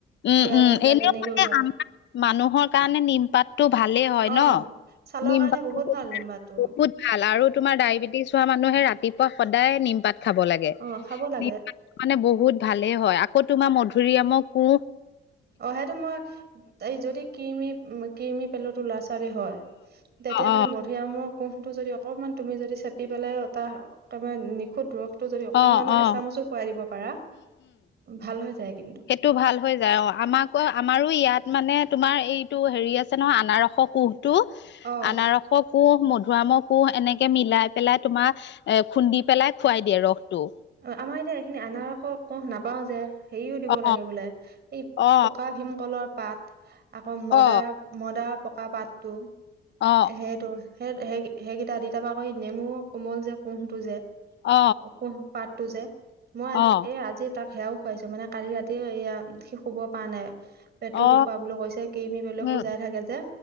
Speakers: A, on the left (about 65°); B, on the right (about 55°).
A: উম
B: তিয়াই
A: উম
B: থৈ পেলাই
A: এনেও
B: তেনেকেও
A: মানে
B: ধুৱাব
A: আমাৰ মানুহৰ কাৰণে নিমপাত টো ভালেই হয়
B: অ
A: ন
B: ছালৰ
A: নিম
B: কাৰণে
A: পাত
B: বহুত
A: টো
B: ভাল
A: মানে
B: নিম্বাটো
A: বহুত ভাল আৰু তোমাৰ ডায়েবেটিছ হোৱা মানুহে ৰাতিপুৱা সদায় নিমপাত খাব লাগে।
B: অ খাব লাগে
A: নিম পাত মানে বহুত ভালেই হয় আকৌ তোমাৰ মধুৰিআমৰ কোঁহ
B: অ' সেইটো মই এই যদি কিমি কিমি পেলো তো ল'ৰা ছোৱালী হয় তেতিয়া
A: অ
B: মানে ম মধুৰিয়ামৰ কোঁহটো যদি অকণমান তুমি যদি চেপি পেলাই ত একেবাৰে নিখুঁত দৰসটো যদি অকনমানো
A: অ অ অ
B: এচামুচো খোৱাই দিব পাৰা ভাল হৈ যায় কিন্তু।
A: এইটো ভাল হৈ যায় অ' আমাকো আমাৰো ইয়াত মানে তোমাৰ এইটো হেৰি আছে নহয় আনাৰস কোঁহ টো
B: অ
A: আনাৰসৰ কোঁহ মধুআমৰ কোঁহ এনেকে মিলাই পেলাই তোমাৰ এ খুন্দি পেলাই খুৱাই দিয়ে ৰসটো।
B: অ' আমাৰ এতিয়া এইখিনি আনাৰস কোঁহ নাপাওঁ যে। হেৰিও দিব
A: অ
B: লাগে বোলে এই
A: অ
B: পকা ভীমকলৰ পাত আকৌ মদাৰ
A: অ অ
B: মদা পকা পাতটো
A: অ
B: সেইটো সেই সেই সেইকেইটা দি তাৰপৰা আকৌ নেমু কোমল যে কুঁহটো যে
A: অ অ অ
B: কোঁহ পাতটো যে মই
A: অ
B: এই আজি তাক সেয়াও খুৱাইছো মানে কালি ৰাতি এয়া সি শুব পৰা নাই পেটটো
A: অ
B: বিষুৱা বুলি কৈছে কিমি পেলোৱে
A: উম
B: খোজাই থাকে যে